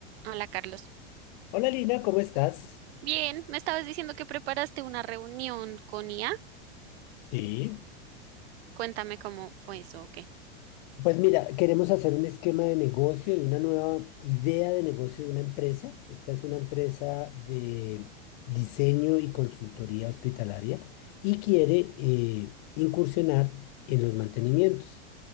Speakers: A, on the right; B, on the left.
A: Hola, Carlos.
B: Hola Lina, ¿cómo estás?
A: Bien, me estabas diciendo que preparaste una reunión con IA.
B: Sí,
A: Cuéntame cómo fue eso, ¿o qué?
B: Pues mira, queremos hacer un esquema de negocio y una nueva idea de negocio de una empresa. Esta es una empresa de diseño y consultoría hospitalaria y quiere eh, incursionar en los mantenimientos.